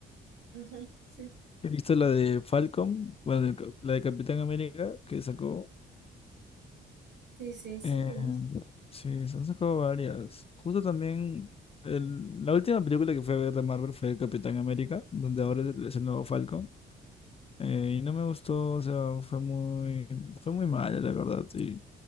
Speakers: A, on the right (about 65°); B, on the left (about 30°).
A: Ajá, sí,
B: he visto la de Falcon, bueno, de Cap- la de Capitán América que sacó.
A: sí, sí, son
B: eh,
A: buenos.
B: sí, se han sacado varias. Justo también, el- la última película que fue a ver de Marvel fue Capitán América, donde ahora es el es el nuevo Falcon. eh, y no me gustó, o sea, fue muy, fue muy mala, la verdad. Y